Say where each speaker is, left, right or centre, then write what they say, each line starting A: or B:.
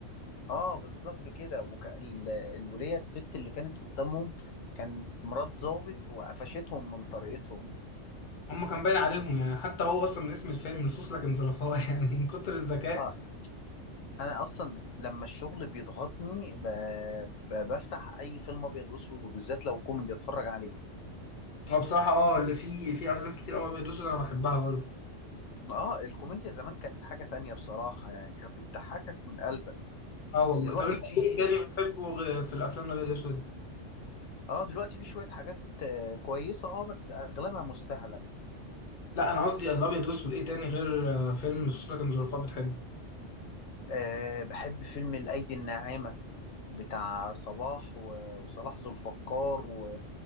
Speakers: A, on the left; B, on the left.
A: اه بالظبط كده وك... ال- الولية الست اللي كانت قدامهم كانت مرات ضابط وقفشتهم من طريقتهم
B: هم كان باين عليهم يعني حتى هو اصلا من اسم الفيلم لصوص لكن ظرفاء <laughs> يعني من كتر الذكاء
A: اه انا اصلا لما الشغل بيضغطني ب... ب... بفتح اي فيلم ابيض واسود وبالذات لو كوميدي اتفرج عليه
B: هو بصراحه اه اللي فيه في افلام كتير قوي ابيض واسود انا بحبها برضه
A: اه الكوميديا زمان كانت حاجة تانية بصراحة يعني كانت بتضحكك من قلبك
B: اه والله
A: دلوقتي
B: طب انت
A: في
B: ايه تاني بتحبه غ- في الافلام الابيض واسود
A: اه دلوقتي في شوية حاجات آه، كويسة اه بس اغلبها مستهلك
B: لا انا قصدي الابيض واسود ايه تاني غير آه، فيلم لصوص لكن ظرفاء بتحبه
A: آه بحب فيلم الايدي الناعمة بتاع صلاح و- وصلاح ذو الفقار و...